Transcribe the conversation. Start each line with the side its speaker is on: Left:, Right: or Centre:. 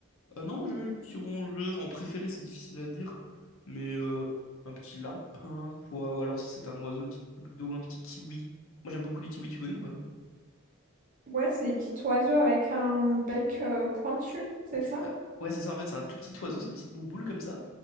Left: Euh, non, moi j'aime bien les petits rongeurs. En préféré, c'est difficile à dire, mais euh, un petit lapin quoi, ou alors si c'est un oiseau, une petite boule d'eau, un petit kiwi. Moi j'aime beaucoup les kiwis, tu connais ou pas?
Right: Ouais, c'est des petits oiseaux avec un bec euh, pointu, c'est ça?
Left: Bah, ouais, c'est ça en fait, c'est un tout petit oiseau, c'est une petite bouboule comme ça,